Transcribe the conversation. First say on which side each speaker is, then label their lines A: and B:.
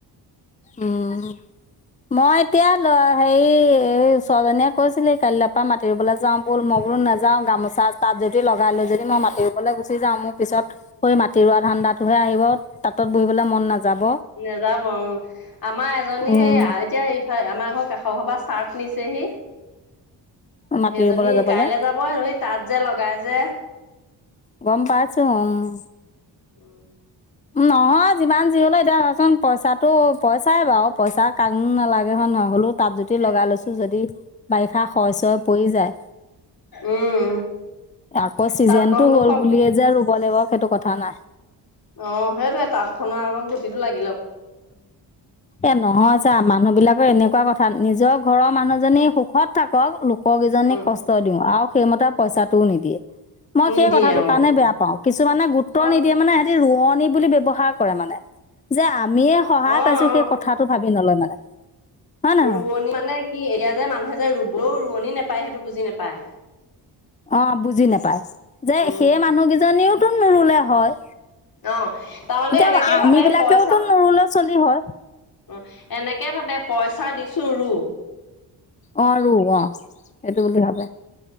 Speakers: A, on the left; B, on the left.
A: উম, মই এতিয়া ল হেৰি এই ওচৰজনীয়ে কৈছিলি কাইলৈ পৰা মাতিবলৈ যাও বল, মই বোলো নাযাও গামোচা তাত যদি লগাই লো যদি মই মাটতি ৰুবলৈ গুচি যাওঁ মোৰ পিছত সেই মাটি ৰোৱা ধান ধাণ্ডাটোহে আহিব তাঁতত বহিবলৈ মন নাযাব।
B: নেযাব অ আমাৰ এজনী
A: উম,
B: সেই এতিয়া এইফাল আমাৰ ঘৰ কাষৰ ঘৰ পৰা চাৰ্ট নিছেহি।
A: মাটি
B: সেইজনী
A: ৰুবলৈ যাবলৈ
B: কাইলে যাব হেনো সেইজনী তাত যে লগাই যে।
A: গম পাইছোঁ অ' উম,
B: উম,
A: নহয় যিমান যি হলে এতিয়া ধচোন পইচাটো পইচাই বাৰু। পইচা কাকনো নালাগে হয় নহয়, হ'লেও তাত যদি
B: সেই
A: লগাই লৈছোঁ যদি বাৰিষা শয় চয় পৰি যায়
B: উম
A: আকৌ চিজনটো
B: তাঁতখনো
A: হ'ল
B: কম
A: বুলিয়ে যে ব লাগিব সেইটো কথা নাই।
B: অ সেইটোৱে তাঁত খনৰ আকৌ গুটিটো লাগ
A: এ নহয় ছা মানুহবিলাকৰ এনেকুৱা কথা নিজৰ ঘৰৰ মানুহজনী সুখত থাকক লোককেইজনী
B: উম
A: কষ্ট দিও আৰু সেইমতে পইচাটোও নিদিয়ে। মই
B: নিদিয়ে
A: সেই কথাটো
B: অ
A: কাৰণে বেয়া
B: অ
A: পাও কিছুমানে গুৰুত্ব
B: অ
A: নিদিয়ে মে সিহঁতি ৰুৱত নী বুলি ব্যৱহাৰ কৰে মানে যে আমিয়ে সহায়
B: অ অ
A: পাইছো সেই কথাটো ভাবি নলয় মানে। হয় নহয়
B: ৰোৱনী মানে কি এতিয়া যে মানুহে যে ৰুবও ৰোৱনি নাপায় সেইটো বুজি নাপায়।
A: অ বুজি নাপায়, যে
B: উম
A: সেই মানুহ কেইজনীওতো নৰুলে হয়।
B: অ তাৰমানে
A: এতিয়া
B: এনেকে
A: আমি
B: ভাবে
A: বিলাকেওতো
B: পইচা
A: নোৰুলে চলি হয়
B: অ এনেকে ভাবে পইচা দিছো ৰু।
A: অ ৰু অ সেইটো বুলি ভাবে।